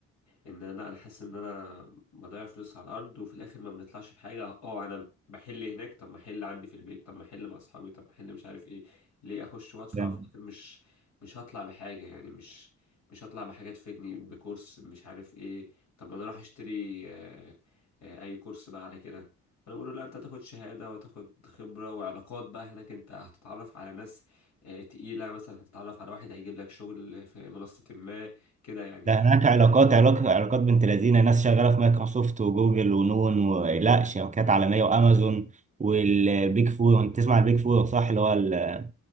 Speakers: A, on the left; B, on the right.
A: ان لا انا حاسس ان انا بضيع فلوس على الارض وفي الاخر ما بنطلعش بحاجه اه انا بحل هناك طب ما احل عندي في البيت طب ما احل مع اصحابي طب ما احل مش عارف ايه ليه اخش وادفع
B: ده
A: في الاخر مش مش هطلع بحاجه يعني مش مش هطلع بحاجه تفيدني بكورس مش عارف ايه طب ما انا اروح اشتري آه، آه، اي كورس بقى على كده فانا بقول له لا انت هتاخد شهاده وهتاخد خبره وعلاقات بقى هناك انت هتتعرف على ناس آه، تقيله مثلا هتتعرف على واحد هيجيب لك شغل في منصه ما كده يعني
B: ده
A: ف...
B: هناك علاقات علاقات علاقات بنت لذينه ناس شغاله في مايكروسوفت وجوجل ونون و... لا شركات عالميه وامازون والبيج فور انت تسمع البيج فور صح اللي هو ال-